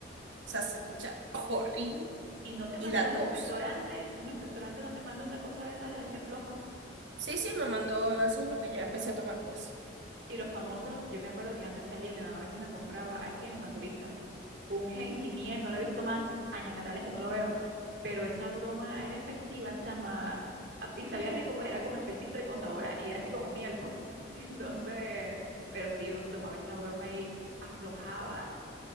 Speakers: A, on the right; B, on the right.
A: sea, se escucha horrible
B: Y no te
A: y
B: mandaron
A: la tos.
B: un expectorante, un expectorante no te manda una cosa de esas de las que afloja.
A: Sí, sí, me mandó, eso es lo que ya empecé
B: ah,
A: a tomar, pues.
B: Y los famosos, yo me acuerdo que antes salía, mi mamá a veces me compraba aquí en los naturistas un miel, no lo he visto más, añacatales que no lo veo, pero esa broma era efectiva, chama, a- y sabía rico, pues era como espesito y con sabor, a- y así como miel, pues. <laughs> Entonces, pero sí, uno se tomaba esa broma y aflojaba